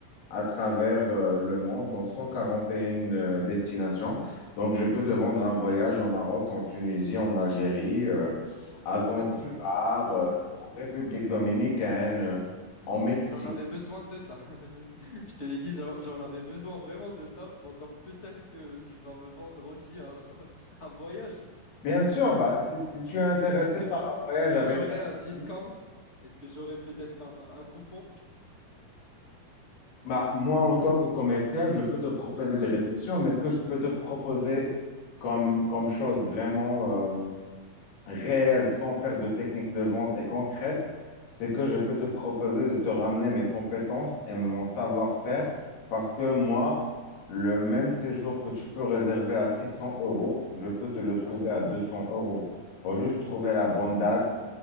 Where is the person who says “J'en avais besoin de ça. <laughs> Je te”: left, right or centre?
Left